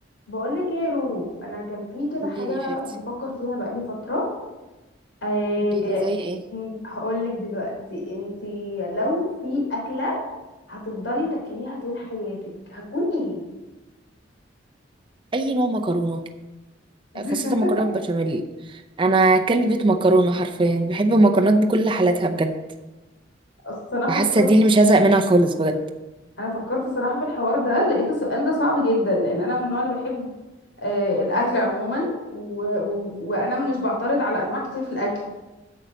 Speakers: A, on the left; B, on the right.
A: بقولك ايه يا رورو انا كان في كده
B: قولي
A: حاجه
B: لي يا حبيبتي
A: بفكر فيها بقالي فتره أه
B: قولي لي زي ايه
A: هقولك دلوقتي انتي لو في اكله هتفضلي تاكليها طول حياتك هتكون ايه
B: اي نوع مكرونه
A: <laughs>
B: خاصه المكرونه بالبشاميل انا كلبة مكرونه حرفيا بحب المكرونات بكل حالاتها بجد
A: اصل انا فكرت
B: فحاسه دي اللي مش هزهق منها خالص بجد
A: انا فكرت صراحه في الحوار ده لقيت السؤال ده صعب جدا لان انا من النوع اللي بحب أه الاكل عموما و... و... وانا مش بعترض على انواع كتير في الاكل